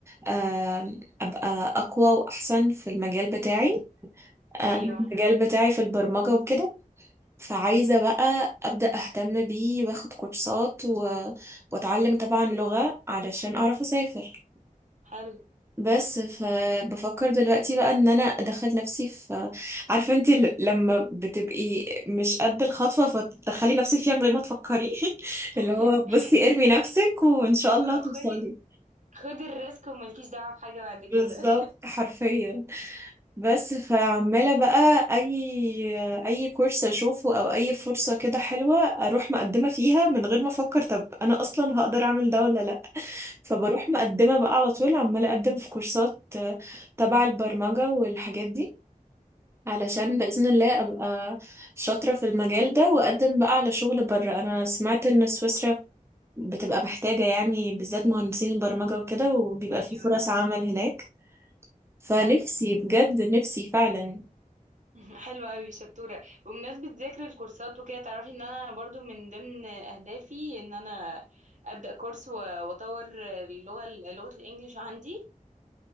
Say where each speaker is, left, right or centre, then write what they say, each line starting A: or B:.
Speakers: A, on the right (about 20°); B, on the right (about 60°).
A: آم، ابقى اقوى واحسن في المجال بتاعي آم،
B: ايوه
A: المجال بتاعي في البرمجة وكده فعايزة بقى ابدأ اهتم بيه واخد كورسات و... واتعلم طبعا لغة علشان اعرف اسافر
B: حلو
A: بس فبفكر دلوقتي بقى ان انا ادخل نفسي في عارفه انت لما بتبقي مش قد الخطوه فتدخلي نفسك فيها من غير ما تفكري <laughs>
B: <laughs>
A: اللي هو بصي ارمي
B: بس
A: نفسك وان شاء الله
B: اه
A: توصلي
B: خدي خدي الريسك وملكيش دعوه بحاجه بعد كده
A: بالظبط حرفيا بس فعماله بقى اي اي كورس اشوفه او اي فرصه كده حلوه اروح مقدمه فيها من غير ما افكر طب انا اصلا هقدر اعمل ده ولا لا فبروح مقدمه بقى على طول عماله اقدم في كورسات آه، تبع البرمجه والحاجات دي علشان بإذن الله أبقى شاطرة في المجال ده وأقدم بقى على شغل بره أنا سمعت إن سويسرا بتبقى محتاجة يعني بالذات مهندسين البرمجة وكده وبيبقى
B: <laughs> ايوه
A: في فرص عمل هناك فنفسي
B: حلو
A: بجد نفسي فعلا
B: <laughs> حلو قوي شطوره بمناسبه ذكر الكورسات وكده تعرفي ان انا برضو من ضمن اهدافي ان انا ابدا كورس و- واطور اللغه لغه الانجليش عندي